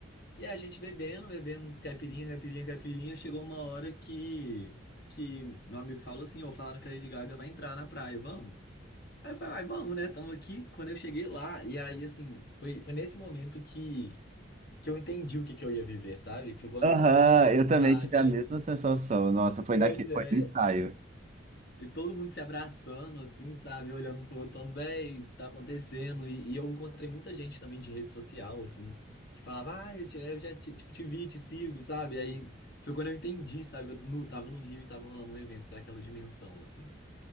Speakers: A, on the left (about 55°); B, on the right (about 35°).
A: E a gente bebendo, bebendo caipirinha, caipirinha, caipirinha, chegou uma hora que, que meu amigo falou assim, ó, falaram que a Lady Gaga vai entrar na praia, vamos? Aí eu falei, ai, vamos, né? Tamo aqui. Quando eu cheguei lá, e aí, assim, foi, foi nesse momento que, que eu entendi o que, que eu ia viver, sabe? Que foi quando
B: Aham,
A: todo mundo começou a gritar,
B: eu também tive
A: que
B: a
A: aí,
B: mesma sensação. Nossa, foi naquele,
A: pois é,
B: foi no ensaio.
A: E todo mundo se abraçando, assim, sabe? Olhando um pro outro, falando, véi, tá acontecendo. E, e eu encontrei muita gente também de rede social, assim, que falava, ah, eu, te- eu já te, tipo, te vi, te sigo, sabe? Aí foi quando eu entendi, sabe? que Eu no, tava no Rio e tava rolando um evento daquela dimensão, assim.